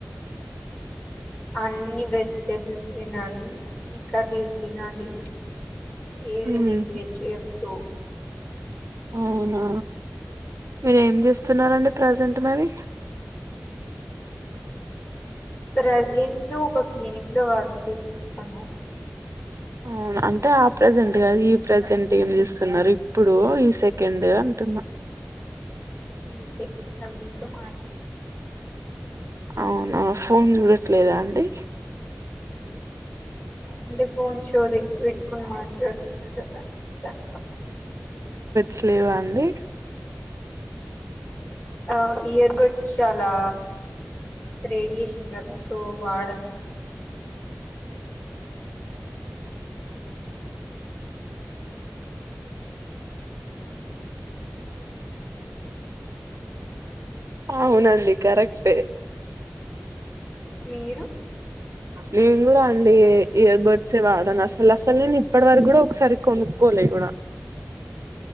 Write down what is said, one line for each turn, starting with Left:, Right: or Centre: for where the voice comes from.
Left: అన్ని వెజిటేబుల్స్ తినాలి అన్ని కర్రీస్ తినాలి ఏది
Right: ఉహు
Left: నెగ్లెట్ చేయొద్దు
Right: అవునా మీరు ఏం చేస్తున్నారండి ప్రజెంట్ మరి
Left: ప్రజెంట్ ఒక క్లీనిక్ లో వర్క్ చేస్తున్న అవునా
Right: ఆ అం అంటే ఆ ప్రజెంట్ కాదు ఈ ప్రజెంట్ ఏం చేస్తున్నారు ఇప్పుడు ఇప్పుడు ఈ సెకండ్ అంటున్నా
Left: ఈ సెకండ్ ఆ మీతో మాట్లాడు
Right: అవునా ఫోన్ చూడట్లేదా అండి
Left: అంటే ఫోన్ చెవుదగ్గర పెట్టుకుని మాట్లాడుతున్నా కదా చూడాని కవ్వదు
Right: శెలవా అండి
Left: ఆ ఇయర్ బడ్స్ చాలా రేడియేషన్ కదా సో వాడను
Right: అవునండి కరెక్ట్
Left: మీరు
Right: నేను కూడా అండి ఇయర్బడ్స్ ఏ వాడను అసలు అసలు నేను ఇప్పటి వరకు కూడా ఒకసారి కొనుక్కోలే గూడా